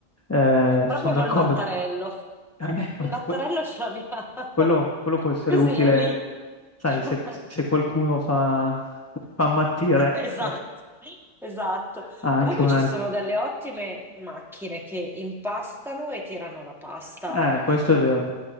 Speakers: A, on the left; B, in the centre.
A: Eh,
B: Però
A: sono
B: abbiamo
A: d'accordo.
B: il mattarello.
A: <laughs> Eh, ma
B: Il mattarello
A: que-
B: ce l'abbiamo.
A: quello,
B: <laughs>
A: quello può essere
B: Così
A: utile,
B: è lì.
A: sai,
B: <laughs>
A: se, se qualcuno fa, fa ammattire,
B: Esatto,
A: eh,
B: esatto.
A: ha anche
B: Comunque
A: un'altra.
B: ci sono delle ottime macchine che impastano e tirano la pasta
A: Eh, questo è vero.